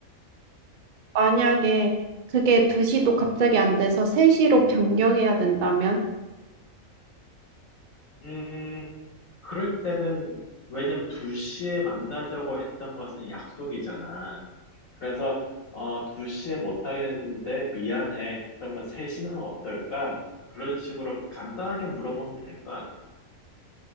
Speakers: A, on the right; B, on the left.
A: 만약에 그게 2시도 갑자기 안 돼서 3시로 변경해야 된다면
B: 음, 그럴 때는, 왜냐면 2시에 만나자고 했던 것은 약속이잖아. 그래서 어, 2시에 못 하겠는데 미안해. 그러면 3시는 어떨까? 그런 식으로 간단하게 물어보면 될 것 같아.